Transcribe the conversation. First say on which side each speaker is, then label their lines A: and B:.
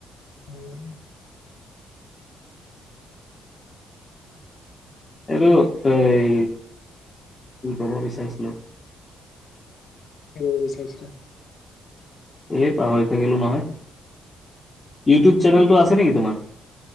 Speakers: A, on the left (about 55°); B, on the left (about 25°).
A: উম।
B: এইটো এই কি কব বিচাৰিছিলো।
A: কি কব বিচাৰিছিলা?
B: এই পাহৰি থাকিলো নহয় ইউটিউব চেনেলটো আছে নেকি তোমাৰ?